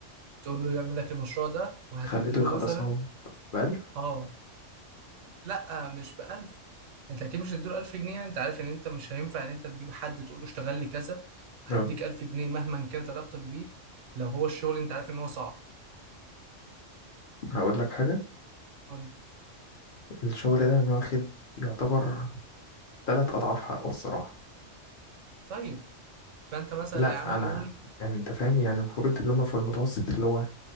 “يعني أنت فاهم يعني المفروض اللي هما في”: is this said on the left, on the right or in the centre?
Left